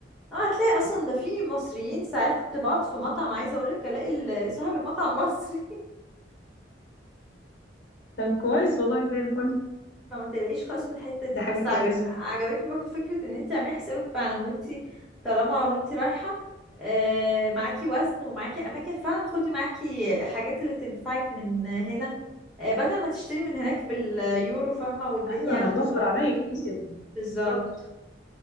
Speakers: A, in the centre; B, on the left (about 70°).
A: اه هتلاقي اصلا ده في مصريين ساعات كنت بقعد في مطعم عايزة اقولك الاقي ال- <laughs> صاحب المطعم مصري
B: طب كويس والله زي الفل
A: <laughs> فما تلاقيش خالص من الحتة دي
B: دي حاجه
A: بس عج...
B: كويسه
A: عجبتني برضو فكرة ان انت تعملي حسابك فعلا وانت طالما وانت رايحة آه معاكي وزن ومعاكي اماكن فعلا خدي معاكي حاجات اللي تنفعك من هنا آه بدل ما تشتري من هناك باليورو فاهمة والدنيا
B: ايوه هتوفر
A: هتبقى
B: عليا كتير
A: بالظبط
B: بالظبط